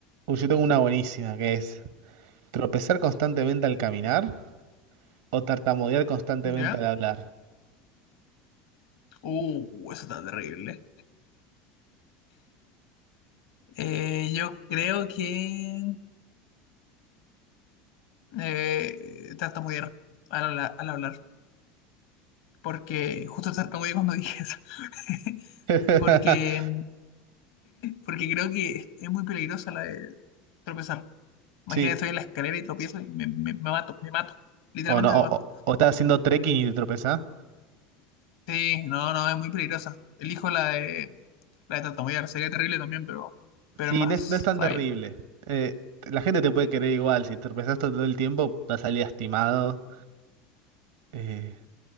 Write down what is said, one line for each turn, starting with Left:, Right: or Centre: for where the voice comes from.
Right: Uy, yo tengo una buenísima que es tropezar constantemente al caminar o tartamudear constantemente
Left: ¿Ya?
Right: al hablar.
Left: Uh, eso está terrible. Eh, yo creo que eh, tartamudear al, habla- al hablar. Porque justo tartamudeé cuando dije eso. <laughs>
Right: <laughs>
Left: Porque, porque creo que es muy peligrosa la de tropezar. Imagínate,
Right: Sí,
Left: estoy en la escalera y tropiezo y me, me- me mato, me mato. Literalmente
Right: o no,
Left: me mato.
Right: o, o- o estás haciendo trekking y te tropezás.
Left: Sí, no, no, es muy peligrosa. Elijo la de, la de tartamudear. Sería terrible también, pero, pero
Right: Sí,
Left: es más
Right: no es, no es tan
Left: sabia.
Right: terrible. Eh, la gente te puede querer igual. Si tropezás todo el tiempo, vas a salir lastimado, eh,